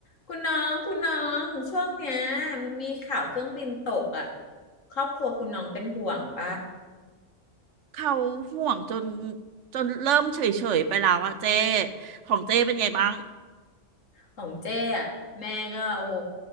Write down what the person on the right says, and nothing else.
เขาห่วงจนจนเริ่มเฉยๆไปแล้วอะเจ้ของเจ้เป็นไงบ้าง